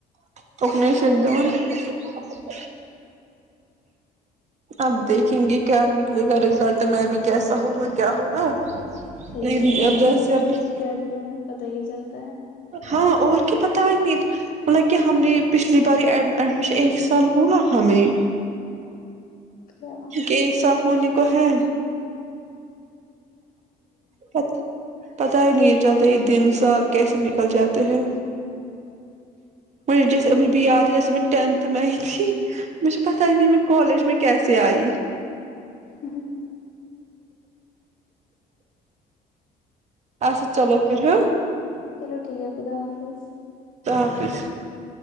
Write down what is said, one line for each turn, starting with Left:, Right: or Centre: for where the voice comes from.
Right: <inaudible> اب دیکھیں گے کیا نکلے گا رزلٹ میں ابھی کیسا ہوگا کیا ہوگا
Left: صحیح
Right: لیکن
Left: میں اور
Right: اب جیسے
Left: دن کیسے
Right: اب
Left: کرتے ہیں نا پتا ہی نہیں چلتا ہے
Right: ہاں اور کیا پتا ہے نہیں مطلب کہ ہم نے پچھلی باری ایڈمیشن ایک سال ہوا ہمیں
Left: کیا ہوں
Right: کہ ایک سال ہونی کو ہے اچھا پتہ ہی نہیں یہ چلتا یہ دن سال کیسے نکل جاتے ہیں
Left: صحیح
Right: مجھے جیسے
Left: میں
Right: مجھے بھی یاد ہے جیسے میں ٹینتھ میں ای تھی م میںھ پتہ نہیں م میں کالج میں کیا پئی
Left: ہوں
Right: اھا چلو پر ہ
Left: چلو ٹھیک ہے خدا حافظ
Right: صحافظ